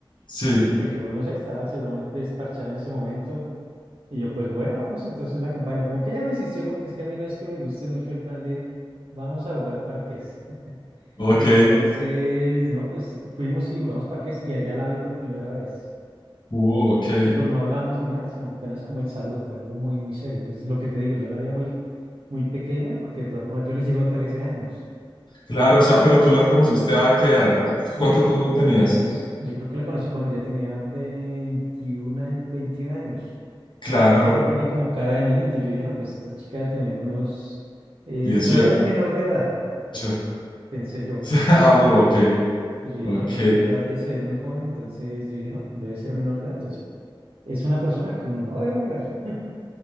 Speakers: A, on the left; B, on the right.
A: Sí,
B: Y pues yo no sé, estaba seguramente desparchada en ese momento. Y yo, pues bueno, vamos, entonces la acompaño. Como que ella me insistió porque es que a mí no es que me guste mucho el plan de vamos a jugar parqués.
A: ok,
B: Entonces, no, pues fuimos y jugamos parques y allá la vi por primera vez,
A: uh, ok,
B: pero no hablamos ni nada, sino apenas como el saludo, fue algo muy, muy serio. Pues lo que te digo, yo la veía muy, muy pequeña porque de todas formas yo le <laughs> llevo 13 años.
A: claro,
B: Entonces,
A: o sea, pero tú la conociste a qué edad,
B: yo,
A: ¿cuánto tú tenías?
B: a ver, pues yo creo que la conocí cuando ya tenía veintiún años, 21 años,
A: Claro,
B: pero es que ya tiene como cara de niña, entonces yo dije, no, pues esta chica debe tener unos, eh,
A: 18.
B: todavía es menor de edad,
A: <laughs>
B: pensé yo.
A: ah, uh, ok,
B: Entonces yo
A: ok,
B: dije, no, pues o sea, ya se ve muy joven, entonces yo dije, no, pues debe ser menor de edad. Entonces es una persona que uno no debe mirar.